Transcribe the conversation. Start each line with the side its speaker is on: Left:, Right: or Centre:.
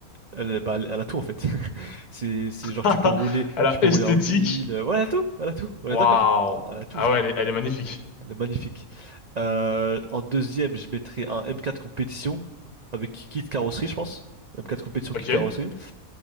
Right: elle, bah, elle bah, elle a tout en fait. <laughs> C'est c'est genre
Left: <laughs>
Right: tu peux rouler
Left: Elle a
Right: tu peux
Left: esthétique.
Right: rouler en ville, euh, ouais elle a tout, elle a tout. On
Left: Waouh!
Right: est d'accord. Elle a tout.
Left: Ah ouais, elle est, elle est magnifique.
Right: Elle est magnifique. Euh, en deuxième, je mettrais un M4 compétition avec kit carrosserie, je pense. M4 compétition,
Left: Ok.
Right: kit carrosserie.